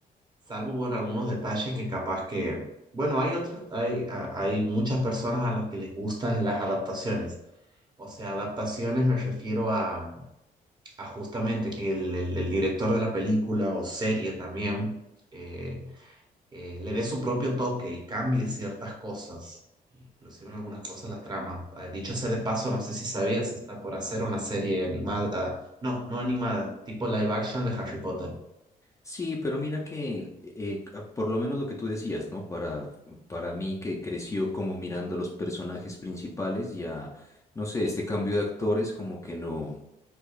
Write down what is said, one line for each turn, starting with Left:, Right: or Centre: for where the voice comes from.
Right: salvo bueno, algunos detalles que capaz que... Bueno, hay otros, hay, a- hay muchas personas a las que les gustan las adaptaciones. O sea, adaptaciones me refiero a, a justamente que el, el- el director de la película o serie también eh, eh, le dé su propio toque y cambie ciertas cosas, inclusive en algunas cosas la trama. Ah, Dicho sea de paso, no sé si sabías, está por hacer una serie animada, ah, no, no animada, tipo live action de Harry Potter.
Left: Sí, pero mira que eh, a- por lo menos lo que tú decías, ¿no? Para, para mí que creció como mirando los personajes principales, ya, no sé, este cambio de actores como que no.